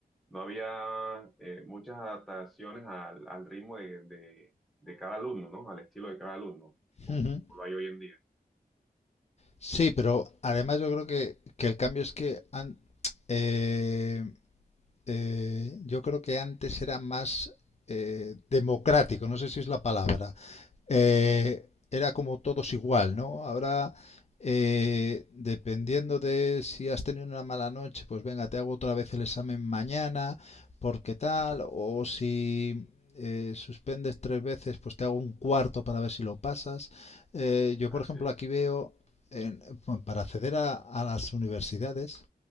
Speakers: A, in the centre; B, on the left.
A: no había eh, muchas adaptaciones al, al ritmo de, de- de cada alumno, ¿no? Al estilo de cada alumno, como,
B: ujú,
A: como lo hay hoy en día.
B: sí, pero además yo creo que, que el cambio es que han- eh, eh, yo creo que antes era más eh, democrático, no sé si es la palabra. Eh, era como todos igual, ¿no? Ahora, eh, dependiendo de si has tenido una mala noche, pues venga, te hago otra vez el examen mañana, porque tal, o si eh, suspendes tres veces, pues te hago un cuarto para ver si lo pasas. Eh, yo,
A: Así
B: por ejemplo,
A: es.
B: aquí veo, en- para acceder a a las universidades,